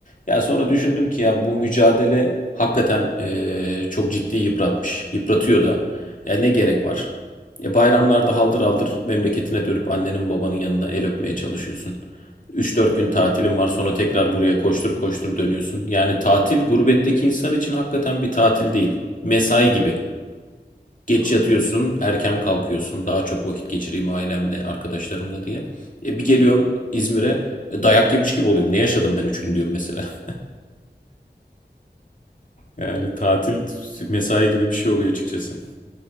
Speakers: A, on the left; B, on the right.
A: Ya sonra düşündüm ki ya bu mücadele hakikaten e, çok ciddi yıpratmış. Yıpratıyor da. Ya ne gerek var? E bayramlarda haldır haldır memleketine dönüp annenin babanın yanına el öpmeye çalışıyorsun. Üç dört gün tatilin
B: Hı hı.
A: var sonra tekrar buraya koştur koştur dönüyorsun. Yani tatil gurbetteki insan için hakikaten bir tatil değil. Mesai gibi. Geç
B: Yok.
A: yatıyorsun,
B: Evet.
A: erken kalkıyorsun. Daha çok vakit geçireyim ailemle, arkadaşlarımla diye. E bir geliyorum İzmir'e
B: Hı hı.
A: e, dayak yemiş gibi oluyorum. Ne yaşadım ben 3 gün diyorum mesela. <laughs> Yani tatil mesai gibi bir şey oluyor açıkçası.